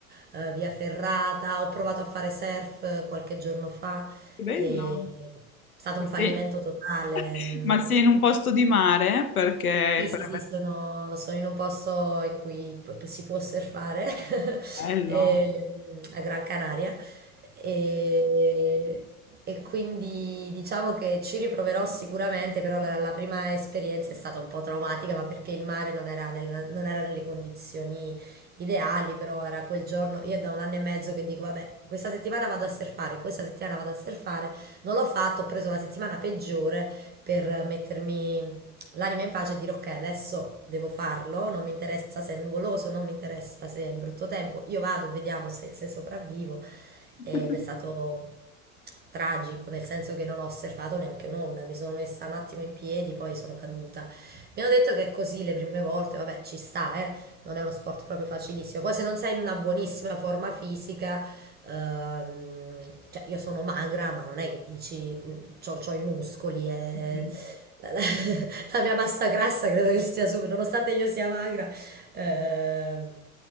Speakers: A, on the right; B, on the left.
A: eh, via ferrata, ho provato a fare surf eh, qualche giorno fa,
B: Che bello.
A: e è stato
B: Ma
A: un fallimento
B: sei...
A: totale.
B: <laughs>
A: no?
B: Ma sei in un posto di mare? Perché...
A: Sì, sì,
B: per-
A: sì, sono, sono in un posto in cui p- si può surfare <laughs>
B: Bello.
A: ehm, a Gran Canaria e, e quindi diciamo che ci riproverò sicuramente, però la, la prima esperienza è stata un po' traumatica, ma perché il mare non era, nel- non era nelle condizioni ideali, però era quel giorno, io da un anno e mezzo che dico, vabbè, questa settimana vado a surfare, questa settimana vado a surfare, non l'ho fatto, ho preso la settimana peggiore per mettermi l'anima in pace e dire ok, adesso devo farlo, non mi interessa se è nuvoloso, non mi interessa se è brutto tempo, io vado e vediamo se, se sopravvivo.
B: <laughs>
A: Ed è stato tragico, nel senso che non ho osservato neanche un'onda, mi sono messa un attimo in piedi, poi sono caduta. Mi hanno detto che è così le prime volte, vabbè, ci sta, eh, non è uno sport proprio facilissimo. Poi se non sei in una buonissima forma fisica, ehm, cioè io sono magra, ma non è che dici, mm, c'ho, c'ho i muscoli e...
B: Mm.
A: La, la- <laughs> la mia massa grassa credo che sia superiore, nonostante io sia magra, ehm,